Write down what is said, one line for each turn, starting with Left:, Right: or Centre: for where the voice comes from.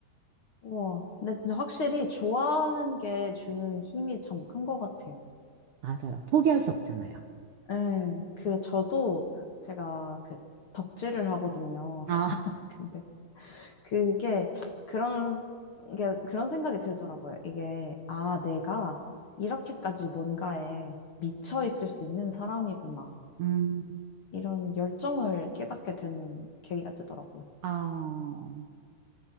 Left: 우와. 근데 진짜 확실히 좋아하는 게 주는 힘이 참 큰 것 같아요.
Right: 맞아요. 포기할 수 없잖아요.
Left: 예, 그, 저도 제가 그 덕질을 하거든요. <laughs>
Right: 아,
Left: 근데 그게 그런 게, 그런 생각이 들더라고요. 이게, 아, 내가 이렇게까지 뭔가에 미쳐 있을 수 있는 사람이구나.
Right: 음,
Left: 이런 열정을 깨닫게 되는 계기가 되더라고요.
Right: 어,